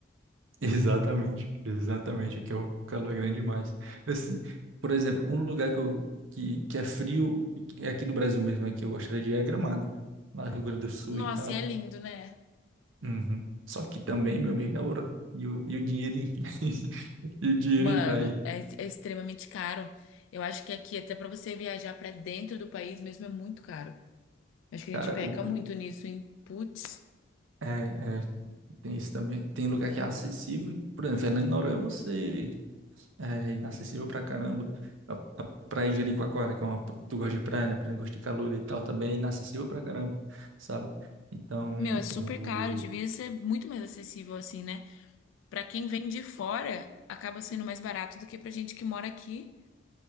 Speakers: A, on the right (about 85°); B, on the left (about 85°).
A: <laughs> Exatamente, exatamente, que é o calor é grande demais. Assim, por exemplo, um lugar que, eu, que, que é frio, e que é aqui do Brasil mesmo, é que eu gostaria de ir é Gramado, pô. Lá Rio Grande do Sul
B: Nossa,
A: e tal.
B: e é lindo, né?
A: Uhum. Só que também, meu amigo, é ouro. E o, e o dinheirinho, <laughs> e o dinheirinho
B: Mano,
A: pra ir.
B: é, é extremamente caro. Eu acho que aqui, até pra você viajar pra dentro do país mesmo, é muito caro. Acho que a
A: Cara,
B: gente peca
A: o,
B: muito
A: o-
B: nisso, hein? Putz.
A: é, é, tem isso também. Tem lugar que é acessível. Por exemplo, Fernando de Noronha, você é inacessível pra caramba. A a praia de Jericoacoara, que é uma. Tu gosta de praia, né? Pra quem gosta de calor e tal, também é inacessível pra caramba, sabe? Então,
B: Meu, é super
A: o.
B: caro. Devia ser muito mais acessível assim, né? Pra quem vem de fora, acaba sendo mais barato do que pra gente que mora aqui